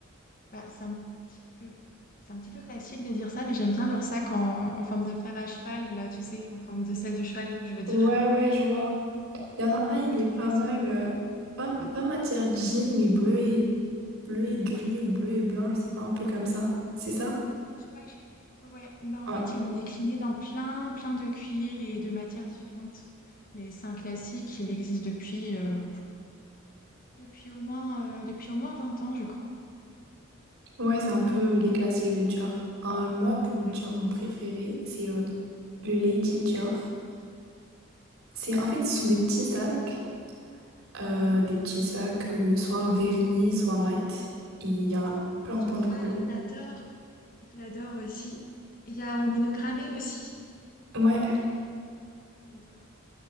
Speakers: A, on the left; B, on the right.
A: bah, c'est un petit peu. C'est un petit peu classique de dire ça, mais j'aime bien leur sac en, en forme de fer à cheval, là, tu sais, en forme de selle de cheval, je veux dire.
B: Ouais, ouais, je vois. Il y en a
A: C'est
B: un,
A: un
B: il
A: produit
B: est pas
A: classique.
B: mal. euh, pas, pas matière jean, mais bleu et bleu et gris ou bleu et blanc, je sais pas, un peu comme ça. C'est ça?
A: Oui, je crois que je l'ai vu. Ouais, bah en
B: Ouais.
A: fait, ils l'ont décliné dans plein, plein de cuirs et de matières différentes. Mais c'est un classique, il existe depuis, euh, depuis au moins, euh, depuis au moins vingt ans, je crois.
B: Ouais, c'est un peu les classiques de Dior. Euh, moi, pour
A: Ouais.
B: Dior, mon préféré, c'est euh, le Lady Dior. C'est en fait, ce sont des petits sacs. Euh,
A: Oui,
B: des petits sacs, euh, soit vernis, soit mat. Et il y en a plein, plein
A: Je vois,
B: de couleurs.
A: je l'adore. je l'adore aussi. Il y a en monogrammé aussi.
B: Ouais,
A: Je l'adore.